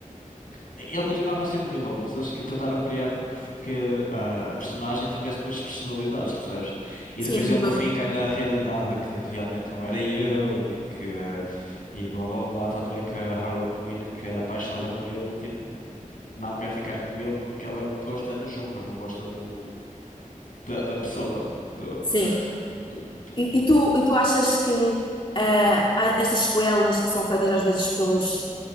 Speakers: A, on the left; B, on the left.
A: Ele continuava a ser um vilão, mas eles que tentaram criar com que, que ah, a personagem tivesse duas personalidades, percebes? E
B: Sim,
A: depois ele
B: tipo,
A: no fim cai na realidade que realmente não era ele e que ah, e blá blá blá. Tanto é que a Harley Quinn, que era apaixonada por ele, tipo, não quer ficar com ele porque ela gosta do Joker, não gosta do da, da pessoa, do,
B: sim.
A: do, do,
B: E,
A: do-
B: e tu, e tu achas que ah, há essas sequelas que são feitas às vezes pelos,